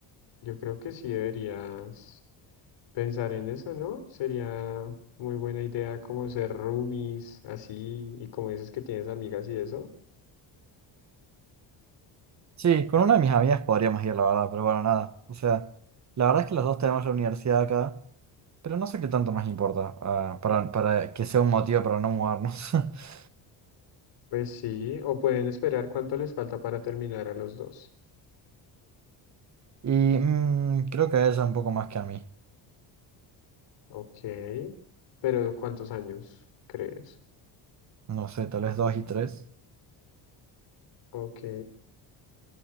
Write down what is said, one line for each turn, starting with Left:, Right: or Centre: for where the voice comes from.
Left: Yo creo que sí deberías pensar en eso, ¿no? Sería muy buena idea como ser roomies, así, y como dices que tienes amigas y eso.
Right: Sí, con una de mis amigas podríamos ir, la verdad, pero bueno, nada. O sea, la verdad es que los dos tenemos la universidad acá, pero no sé qué tanto más importa, ah, para, para que sea un motivo para no mudarnos. <laughs>
Left: Pues sí, o pueden esperar cuánto les falta para terminar a los dos.
Right: Y mm, creo que a ella un poco más que a mí.
Left: Ok, pero ¿cuántos años crees?
Right: No sé, tal vez dos y tres.
Left: Ok,